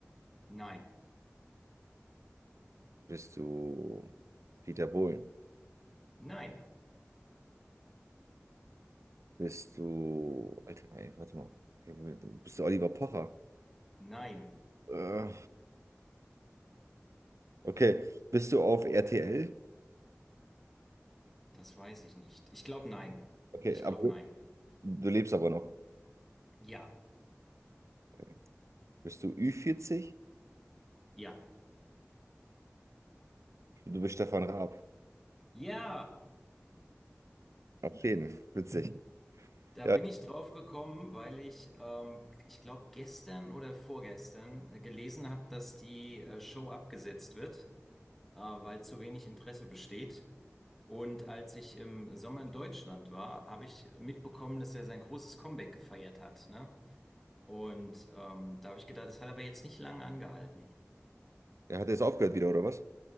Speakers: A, in the centre; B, on the right (about 80°).
A: nein,
B: Bist du Dieter Bohlen?
A: nein,
B: Bist du. Alter, warte mal. Bist du Oliver Pocher?
A: nein.
B: Äh, Okay. Bist du auf RTL?
A: Das weiß ich nicht. Ich glaube nein.
B: Okay,
A: Ich
B: aber
A: glaube nein.
B: du lebst aber noch.
A: Ja.
B: Okay. Bist du ü vierzig?
A: Ja.
B: Du bist Stefan Raab.
A: Ja,
B: Auf jeden. Witzig.
A: <laughs> da
B: Ja,
A: bin ich drauf gekommen, weil ich, ähm, ich glaube, gestern oder vorgestern äh, gelesen habe, dass die äh, Show abgesetzt wird, äh, weil zu wenig Interesse besteht. Und als ich im Sommer in Deutschland war, habe ich mitbekommen, dass er sein großes Comeback gefeiert hat, ne? Und ähm, da habe ich gedacht, das hat aber jetzt nicht lange angehalten.
B: er hat jetzt aufgehört wieder, oder was?